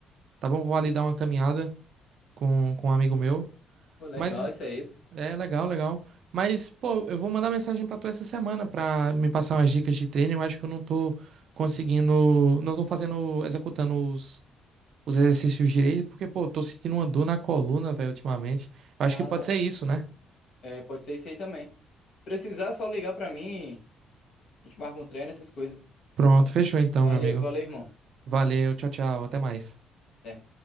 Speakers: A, on the right; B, on the left.
A: tá bom? Vou ali dar uma caminhada com, com um amigo meu.
B: Pô, legal
A: Mas
B: isso aí. pô.
A: É, legal, legal. Mas, pô, eu vou mandar mensagem pra tu essa semana pra me passar umas dicas de treino. Eu acho que eu não tô conseguindo, não tô fazendo, executando os, os exercícios direito, porque, pô, eu tô sentindo uma dor na coluna, velho, ultimamente. Eu acho
B: Ah,
A: que pode ser isso, né?
B: é, pode ser isso aí também. Se precisar, é só ligar pra mim, a gente marca um treino, essas coisas.
A: Pronto, fechou então,
B: Valeu,
A: meu amigo.
B: valeu, irmão.
A: Valeu, tchau, tchau, até mais.
B: Até.